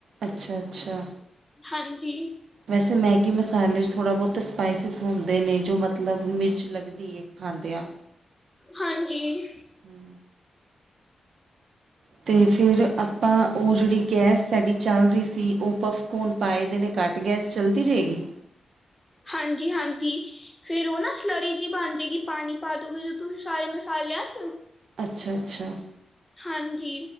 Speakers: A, on the right; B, on the left.
A: ਅੱਛਾ- ਅੱਛਾ।
B: ਹਾਂਜੀ।
A: ਵੈਸੇ ਮੈਗੀ ਮਸਾਲੇ 'ਚ ਥੋੜ੍ਹਾ ਬਹੁਤ ਸਪਾਈਸਿਸ ਹੁੰਦੇ ਨੇ, ਜੋ ਮਤਲਬ ਮਿਰਚ ਲੱਗਦੀ ਏ। ਹਾਂਦੇ ਆ,
B: ਹਾਂਜੀ।
A: ਹ ਅਤੇ ਫਿਰ ਆਪਾ, ਉਹ ਜਿਹੜੀ ਗੈਸ ਸਾਡੀ ਚੱਲ ਰਹੀ ਸੀ, ਉਹ ਪਫਕੋਨ ਪਾਏ ਦੇ ਨੇ ਘੱਟ ਗੈਸ, ਚੱਲਦੀ ਰਹੇਗੀ?
B: ਹਾਂਜੀ-ਹਾਂਜੀ। ਫੇਰ ਉਹ ਨਾ, ਸਲਰੀ ਜਿਹੀ ਬਣ ਜਾਏਗੀ, ਪਾਣੀ ਪਾ ਦੋਗੇ ਤੁਸੀ ਸਾਰੇ ਮਸਾਲਿਆਂ'ਚ
A: ਅੱਛਾ- ਅੱਛਾ।
B: ਹਾਂਜੀ।